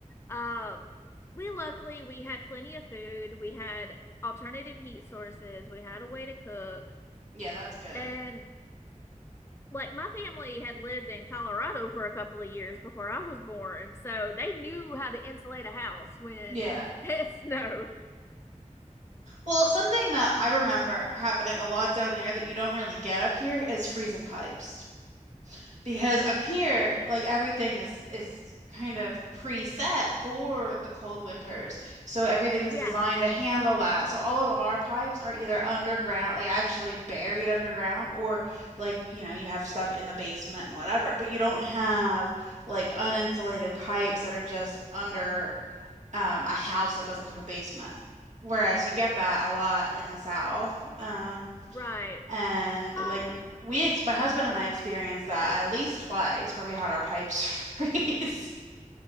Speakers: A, on the left (about 20°); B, on the right (about 65°).
A: Uh, we luckily we had plenty of food, we had alternative heat sources, we had a way to cook,
B: Yeah, that's good.
A: and like my family had lived in Colorado for a couple of years before I was born, so they knew how to insulate a house when
B: Yeah.
A: <laughs> it snowed.
B: Well, something that I remember happening a lot down there that you don't really get up here is freezing pipes. Because up here, like everything is is kind of preset for the cold winters. So everything is
A: Yeah,
B: designed to handle that. So all of our pipes are either underground, like actually buried underground, or like, you know, you have stuff in the basement and whatever, but you don't have like uninsulated pipes that are just under um, a house that doesn't have a basement. Whereas you get that a lot in the South. Um,
A: right.
B: and like
A: Uh,
B: we ex my husband and I experienced that at least twice where we had our pipes <laughs> freeze.